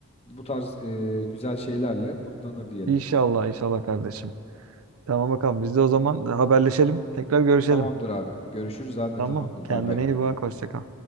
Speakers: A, on the left; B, on the right.
A: bu tarz e, güzel şeylerle kutlanır diyelim.
B: İnşallah, inşallah kardeşim. Tamam bakalım. Biz de o zaman haberleşelim. Tekrar görüşelim.
A: Tamamdır abi. Görüşürüz abi.
B: Tamam.
A: Tamamdır.
B: Kendine
A: Bay bay.
B: iyi bak. Hoşça kal.